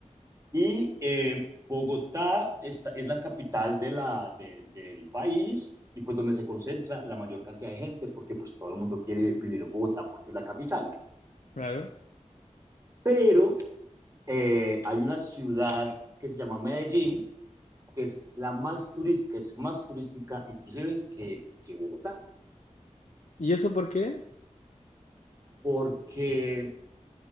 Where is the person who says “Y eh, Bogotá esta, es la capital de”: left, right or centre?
Right